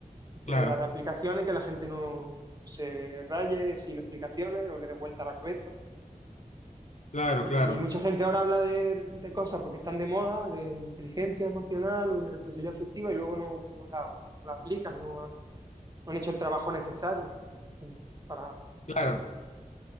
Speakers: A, on the right (about 25°); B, on the left (about 55°).
A: y quiere
B: claro,
A: dar aplicaciones que la gente no se raye sin explicaciones o le dé vuelta a la cabeza.
B: claro,
A: Y
B: claro,
A: mucha gente ahora habla de, de cosas porque están de moda, de inteligencia emocional o de responsabilidad afectiva, y luego no, no la, no la aplican, no han, no han hecho el trabajo necesario para
B: claro.
A: hacer.